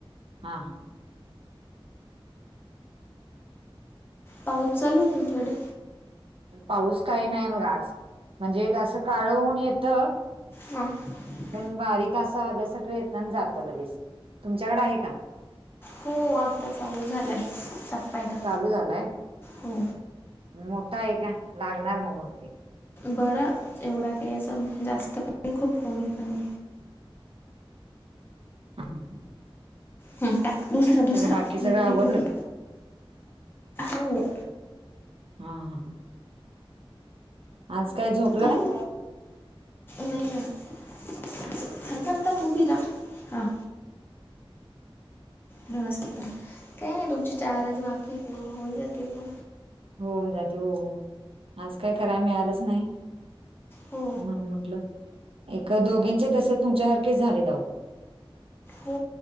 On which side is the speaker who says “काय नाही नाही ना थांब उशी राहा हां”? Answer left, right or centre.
Left